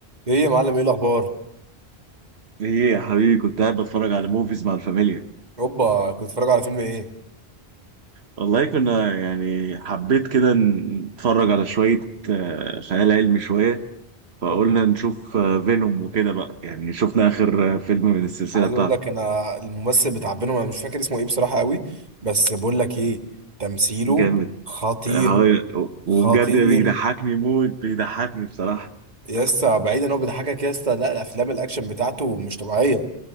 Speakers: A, on the right; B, on the right.
A: ايه يا معلم ايه الاخبار
B: ايه يا حبيبي كنت قاعد بتفرج على موفيز مع الفاميليا
A: اوبا كنت بتتفرج على فيلم ايه
B: والله كنا يعني حبيت كده نتفرج على شوية آه، خيال علمي شوية فقلنا
A: اوبا
B: نشوف فينوم وكده بقى يعني شفنا آخر آه، فيلم من السلسلة
A: عايز
B: بتاعته
A: اقول لك انا الممثل بتاع بينهم انا مش فاكر اسمه ايه بصراحه قوي بس بقول لك ايه تمثيله
B: جامد
A: خطير
B: آه، هو- وبجد
A: خطير
B: بيضحكني موت بيضحكني بصراحة
A: يا اسطى بعيدا ان هو بيضحكك يا اسطى لا الافلام الاكشن بتاعته مش طبيعيه